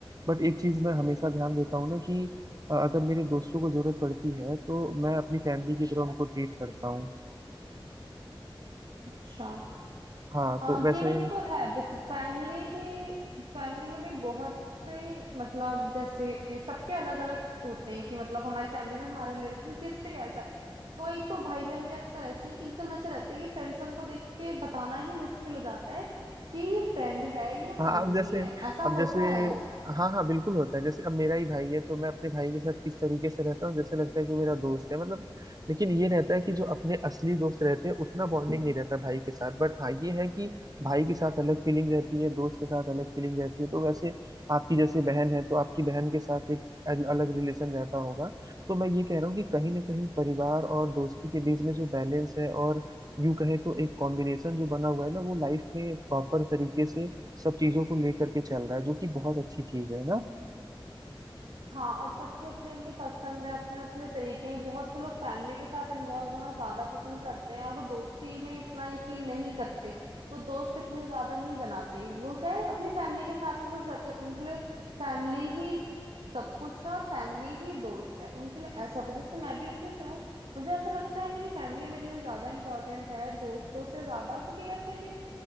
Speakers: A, on the right; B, on the right.
A: बट एक चीज मैं हमेशा ध्यान देता हूँ ना कि अ, अगर मेरे दोस्तों को जरूरत पड़ती है तो मैं अपनी फैमिली की तरह उनको ट्रीट करता हूँ
B: अच्छा
A: हाँ
B: आ,
A: तो वैसे
B: ये बात तो है देखो फैमिली भी फैमिली में भी बहुत से मतलब जैसे सबके अलग अलग होते हैं कि मतलब हमारी फैमिली में हमारा रिलेशन किससे कैसा है कोई तो भाई बहन भी आजकल ऐसे हैं कि एकदम ऐसे रहते हैं कि फ्रेंड्स उनको देख के बताना ही मुश्किल हो जाता है कि ये फ्रेंड है या फैमिली
A: हाँ अब जैसे
B: है ऐसा
A: अब जैसे
B: होता है
A: हाँ हाँ बिल्कुल होता है जैसे अब मेरा ही भाई है तो मैं अपने भाई के साथ किस तरीके से रहता हूँ जैसे लगता है कि वो मेरा दोस्त है मतलब लेकिन ये रहता है कि जो अपने असली दोस्त रहते हैं उतना बॉन्डिंग नहीं रहता भाई के साथ बट हाँ ये है कि भाई के साथ अलग फीलिंग रहती है दोस्त के साथ अलग फीलिंग रहती है तो वैसे आपकी जैसे बहन है तो आपकी बहन के साथ एक अल- अलग रिलेशन रहता होगा तो मैं ये कह रहा हूँ कि कहीं ना कहीं परिवार और दोस्ती के बीच में जो बैलेंस है और यूं कहे तो एक कॉम्बिनेशन जो बना हुआ है ना वो लाइफ में प्रॉपर तरीके से सब चीजों को लेकर के चल रहा है जो कि बहुत अच्छी चीज है ना
B: हाँ और सबकी अपनी अपनी पसंद है अपने अपने तरीके हैं बहुत से लोग फैमिली के साथ इन्वॉल्व होना ज्यादा पसंद करते हैं और वो दोस्ती में इतना यकीन नहीं करते वो दोस्त इतने ज्यादा नहीं बनाते वो क्या है अपनी फैमिली के साथ ही खुश रहते हैं उनके लिए फैमिली ही सब कुछ है और फैमिली ही दोस्त है उनके लिए ऐसा होता है जैसे मैं भी उसमें से हूँ मुझे ऐसा लगता है मेरी फैमिली मेरे लिए ज्यादा इंपॉर्टेंट है दोस्तों से ज्यादा क्योंकि वैसे भी